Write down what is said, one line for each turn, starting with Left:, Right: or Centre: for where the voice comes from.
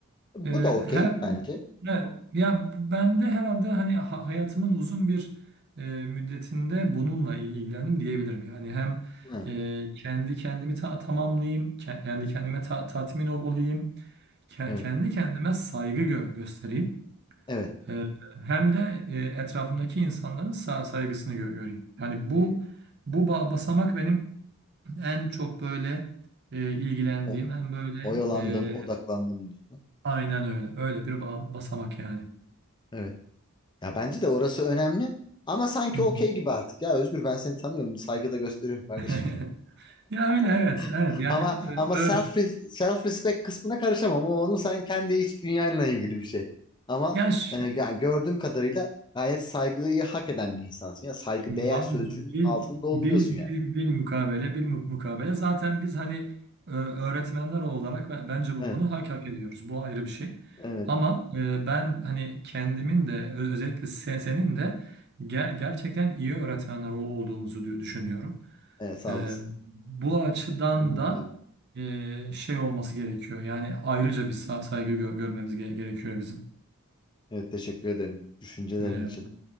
Left: Bu
Right: Ee,
Left: da okey
Right: herhalde
Left: bence.
Right: e, ya ben de herhalde hani ha- hayatımın uzun bir e, müddetinde bununla il- ilgilendim diyebilirim. Yani hem
Left: Ha.
Right: e, kendi kendimi ta- tamamlayayım, ke- kendi kendime ta- tatmin ol- olayım, ke-
Left: Evet.
Right: kendi kendime saygı gö- göstereyim.
Left: Evet.
Right: E, hem de e, etrafımdaki insanların sa- saygısını gö- göreyim. Yani bu
Left: Hı-hı.
Right: bu ba- basamak benim en çok böyle e, ilgilendiğim,
Left: O,
Right: en böyle
Left: oyalandım,
Right: e,
Left: odaklandım diyorsun.
Right: aynen öyle. Öyle bir ba- basamak yani.
Left: Evet. Ya bence de orası önemli. Ama sanki
Right: Hı hı.
Left: okey gibi artık ya Özgür ben seni tanıyorum saygıda gösteriyorum kardeşim.
Right: <laughs> Ya öyle evet evet
Left: <laughs>
Right: yani
Left: Ama
Right: e,
Left: ama self
Right: öyle
Left: self respect kısmına karışamam. O onun sen kendi iç dünyanla ilgili bir şey. Ama
Right: yaş
Left: e, yani gördüğüm kadarıyla gayet saygıyı hak eden bir insansın ya. Saygı değer
Right: abi
Left: sözcüğünün
Right: bil
Left: altını dolduruyorsun
Right: bil
Left: yani.
Right: bil bil mukabele bil mu- mukabele zaten biz hani e, öğretmenler olarak be- bence bu-
Left: Evet,
Right: bunu hak hak ediyoruz bu ayrı bir şey
Left: evet,
Right: ama e, ben hani kendimin de ö- özellikle se- senin de ger- gerçekten iyi öğretmenler ol- olduğumuzu dü- düşünüyorum
Left: evet sağ
Right: E,
Left: olasın.
Right: bu açıdan
Left: Benim
Right: da
Left: abi.
Right: e, şey olması gerekiyor yani ayrıca bir sa- saygı gö- görmemiz ge- gerekiyor bizim.
Left: Evet teşekkür ederim düşüncelerin
Right: E,
Left: için.